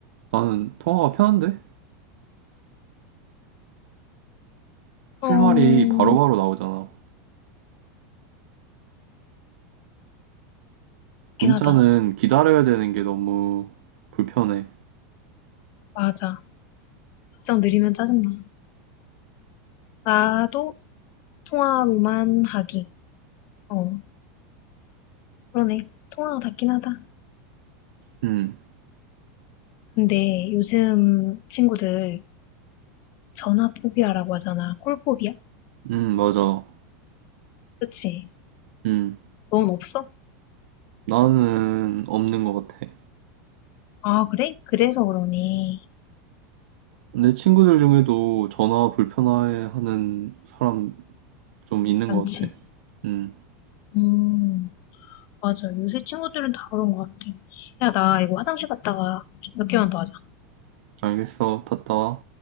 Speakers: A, on the right (about 65°); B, on the left (about 35°).
A: 나는 통화가 편한데? 할
B: 어,
A: 말이 바로바로 나오잖아. 문자는
B: 그렇긴 하다.
A: 기다려야 되는 게 너무 불편해.
B: 맞아. 답장 느리면 짜증나. 나도 통화로만 하기. 어, 그러네. 통화가 닿긴 하다.
A: 음,
B: 근데 요즘 친구들 전화 포비아라고 하잖아. 콜 포비아?
A: 음, 맞아.
B: 그치?
A: 음,
B: 넌 없어?
A: 나는 없는 것 같아.
B: 아, 그래? 그래서 그러니.
A: 내 친구들 중에도 전화 불편해하는 사람 좀 있는
B: 많지.
A: 것 같아. 음,
B: 음, 맞아. 요새 친구들은 다 그런 것 같아. 야, 나 이거 화장실 갔다가 몇 개만 더 하자.
A: 알겠어. 탔다.